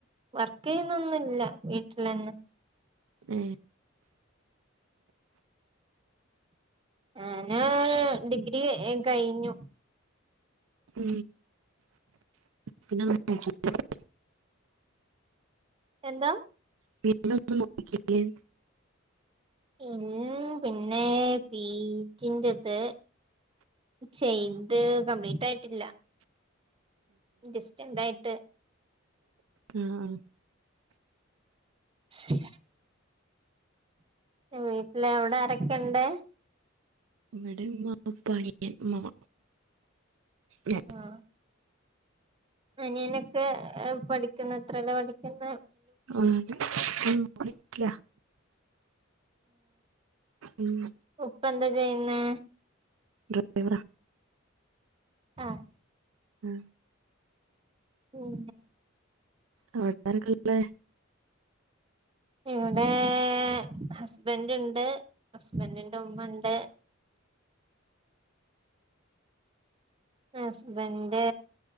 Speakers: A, on the right; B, on the right.
A: വർക്ക്യ്ന്നൊന്നുംല്ല വീട്ടിൽന്നെ.
B: ഉം
A: ആ ഞ ഓ ഡിഗ്രി കഴിഞ്ഞു.
B: ഉ പിന്നെ <inaudible>
A: എന്താ?
B: പിന്നോനും നോക്കിയില്ലെന്
A: ഉം പിന്നെ പീടിന്റെത് ചെയ്ത് കംപ്ലീറ്റയിട്ടില്ല ഡിസ്റ്റണ്ടായിട്ട്
B: ആഹ
A: ഉ വീട്ടില് അവിടെ ആരൊക്കെണ്ട്?
B: വ്ട ഇമ്മ ഇപ്പ അനിയൻ ഉമ്മുമ്മ ഞാൻ
A: ആഹ അനിയനൊക്കെ പഠിക്കുന്ന എത്രേല പഠിക്കുന്നേ?
B: ആ ഉം പഠിക്ക ഉം
A: ഉ ഉപ്പന്താ ചെയ്യുന്നേ?
B: ഡ്രൈവർ
A: ആഹ
B: ആ
A: ഉം
B: അവിട്ടർക്കല്ലേ
A: ഇവിടെ ഹസ്ബൻറ് ഉണ്ട് ഹസ്ബൻറിന്റെ ഉമ്മ ഉണ്ട് ഹസ്ബന്റ്